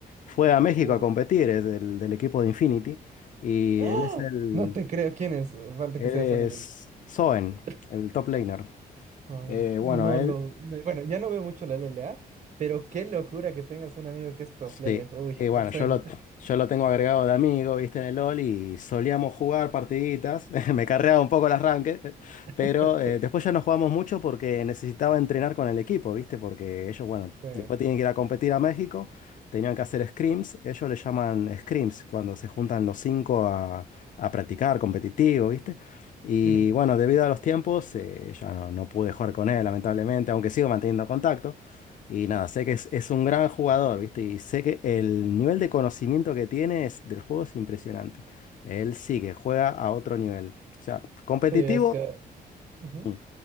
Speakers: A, on the left (about 55°); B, on the right (about 50°).
A: Fue a México
B: Uy.
A: a competir, es del, del equipo de Infinity. Y
B: ¡Ah!
A: él es el,
B: No te creo quién es. Falta
A: él
B: que sea Solid.
A: es Zoen,
B: Snake.
A: el top laner.
B: No, en-
A: Eh,
B: no
A: bueno, él
B: lo. no- bueno, ya no veo mucho la LLA, pero qué locura que tengas un amigo que es pro
A: Sí,
B: player. Uy,
A: y bueno,
B: el sueño.
A: yo lo, yo lo tengo agregado de amigo, viste, en el LOL y solíamos jugar partiditas. <laughs> Me carreaba un poco el arranque,
B: <laughs>
A: pero eh, después ya no jugamos mucho porque necesitaba entrenar con el equipo, viste, porque ellos, bueno,
B: Sí,
A: después tienen que ir a competir a México, tenían que hacer scrims, ellos le llaman scrims cuando se juntan los cinco a, a practicar competitivo, viste. Y
B: ujú.
A: bueno, debido a los tiempos, eh, ya no, no pude jugar con él, lamentablemente, aunque sigo manteniendo contacto. Y nada, sé que es, es un gran jugador, ¿viste? Y sé que el nivel de conocimiento que tiene es- del juego es impresionante. Él sí que juega a otro nivel. O sea, competitivo,
B: Sí, es que, ujú.
A: mm,